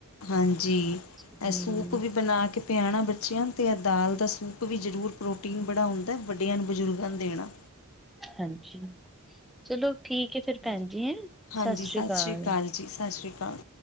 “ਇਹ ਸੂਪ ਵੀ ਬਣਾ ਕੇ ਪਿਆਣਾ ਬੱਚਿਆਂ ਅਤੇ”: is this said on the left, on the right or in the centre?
Left